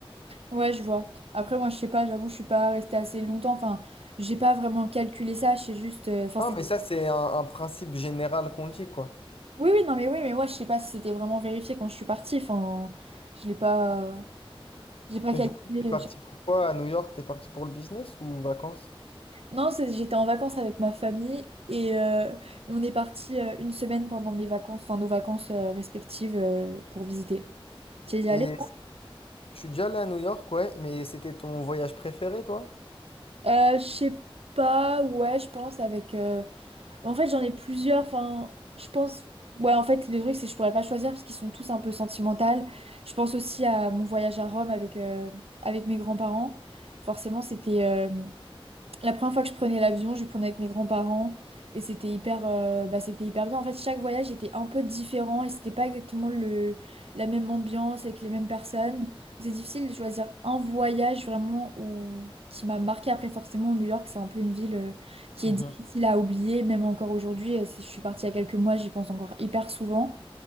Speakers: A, on the right (about 85°); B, on the left (about 70°).
A: Ouais je vois. Après moi je sais pas, j'avoue je suis pas restée assez longtemps, enfin j'ai pas vraiment calculé ça, je sais juste, euh, enfin c'est
B: Non, mais ça, c'est un, un principe général qu'on dit quoi.
A: Oui, oui, non, mais oui, mais moi, je sais pas si c'était vraiment vérifié quand je suis partie. Enfin, je l'ai pas, j'ai pas
B: Mais
A: calculé.
B: du coup, t'es parti pour quoi à New York? T'es parti pour le business ou vacances?
A: Non, c'est- j'étais en vacances avec ma famille et euh, on est parti euh, une semaine pendant mes vacances, enfin nos vacances euh, respectives euh, pour visiter. Tu es y
B: Et
A: allée?
B: Je suis déjà allé à New York, ouais, mais c'était ton voyage préféré, toi?
A: Euh, je sais pas, ouais, je pense avec. euh, En fait, j'en ai plusieurs. Enfin, je pense. Ouais, en fait, le truc, c'est que je pourrais pas choisir parce qu'ils sont tous un peu sentimentaux. Je pense aussi à mon voyage à Rome avec, euh, avec mes grands-parents. Forcément, c'était euh, la première fois que je prenais l'avion, je le prenais avec mes grands-parents et c'était hyper, euh, bah, c'était hyper bien. En fait, chaque voyage était un peu différent et c'était pas exactement le, la même ambiance avec les mêmes personnes. C'est difficile de choisir un voyage vraiment où, qui m'a marqué. Après, forcément, New York, c'est un peu une ville, euh, qui
B: Mhm.
A: est difficile à oublier, même encore aujourd'hui. Euh, si Je suis partie il y a quelques mois, j'y pense encore hyper souvent.